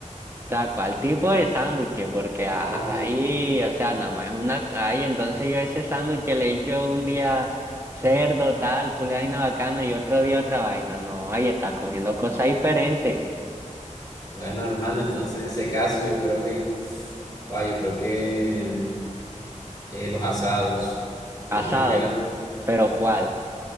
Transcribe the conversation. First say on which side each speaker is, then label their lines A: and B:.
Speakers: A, on the right; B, on the left.
A: Tal cual tipo de sándwich, porque ahí,
B: no,
A: o sea, nada más es una, ahí entonces yo ese sándwich le echo un día cerdo, tal, culé vaina bacana y otro día otra vaina, no, ahí está comiendo cosas diferentes,
B: bueno, hermano, entonces en ese caso yo creo que, ah, yo creo que eh, los asados.
A: asado,
B: Yo creo que las
A: pero ¿cuál?